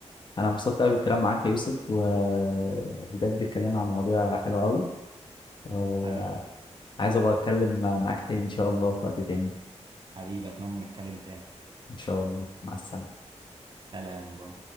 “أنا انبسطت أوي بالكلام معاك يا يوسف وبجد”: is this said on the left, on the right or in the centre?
Left